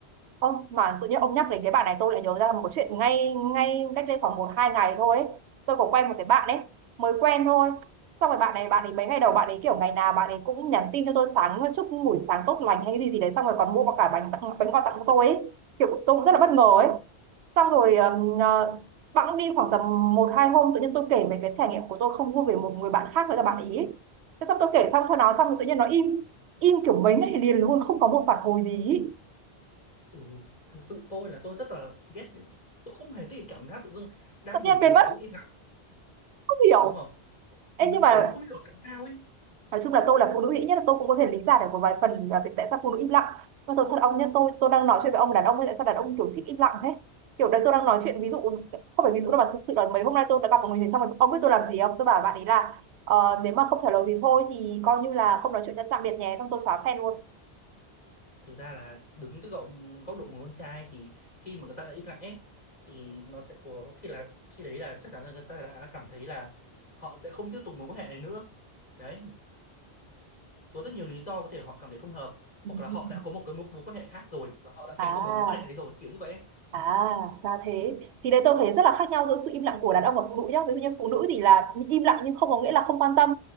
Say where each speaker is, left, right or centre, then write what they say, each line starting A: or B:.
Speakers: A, on the right; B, on the left.
A: Ông mà tự nhiên ông nhắc đến cái bạn này tôi lại nhớ ra một cái chuyện ngay ngay cách đây khoảng một hai ngày thôi ấy. Tôi có quen một cái bạn ấy mới quen thôi xong rồi bạn này bạn ấy mấy ngày đầu bạn ấy kiểu ngày nào bạn ấy cũng nhắn tin cho tôi sáng chúc buổi sáng tốt lành hay cái gì gì đấy xong rồi còn mua cả bánh tặng bánh quà tặng cho tôi ấy kiểu tôi cũng rất là bất ngờ ấy xong rồi ừm, ờ, bẵng đi khoảng tầm một hai hôm tự nhiên tôi kể về cái trải nghiệm của tôi không vui về một người bạn khác nữa là bạn ý. thế xong tôi kể xong cho nó xong rồi tự nhiên nó im im kiểu mấy ngày liền luôn không có một phản hồi gì ý.
B: ừ, thực sự tôi là tôi rất là ghét những tôi không hề thích cái cảm giác tự dưng đang
A: tự nhiên
B: bình
A: biến
B: thường
A: mất
B: tự dưng im lặng
A: không hiểu
B: đúng không mà
A: Ê,
B: mình
A: nhưng mà
B: kiểu mình không hiểu tại sao ấy
A: nói chung là tôi là phụ nữ ít nhất là tôi cũng có thể lý giải được một vài phần là việc tại sao phụ nữ im lặng và tôi thật ông nhá tôi tôi đang nói chuyện với ông đàn ông ấy, tại sao đàn ông kiểu thích im lặng thế kiểu đấy tôi đang nói chuyện ví dụ không phải ví dụ đâu mà thực sự là mấy hôm nay tôi đã gặp một người xong rồi ông biết tôi làm gì không tôi bảo bạn ấy là ờ, nếu mà không trả lời thì thôi thì coi như là không nói chuyện nữa tạm biệt nhé xong tôi xóa fan luôn
B: thực ra là đứng từ góc góc độ một con trai thì khi mà người ta đã im lặng ấy thì nó sẽ có khi là khi đấy là chắc chắn là người ta đã cảm thấy là họ sẽ không tiếp tục mối quan hệ này nữa đấy có rất nhiều lý do có thể họ cảm thấy không hợp hoặc
A: <laughs>
B: là họ đã có một cái mối mối quan hệ khác rồi và họ đã
A: à
B: thành công ở mối quan hệ đấy rồi kiểu như vậy ấy.
A: À, ra thế. Thì đấy tôi thấy rất là khác nhau giữa sự im lặng của đàn ông và phụ nữ nhá. Ví dụ như phụ nữ thì là im lặng nhưng không có nghĩa là không quan tâm.